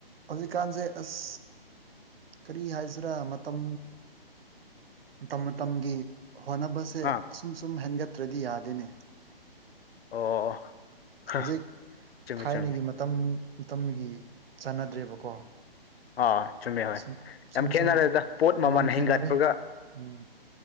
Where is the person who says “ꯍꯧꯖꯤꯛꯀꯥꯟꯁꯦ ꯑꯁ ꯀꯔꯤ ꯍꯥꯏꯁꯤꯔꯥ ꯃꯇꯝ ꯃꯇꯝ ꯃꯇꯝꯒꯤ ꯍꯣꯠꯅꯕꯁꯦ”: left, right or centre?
Right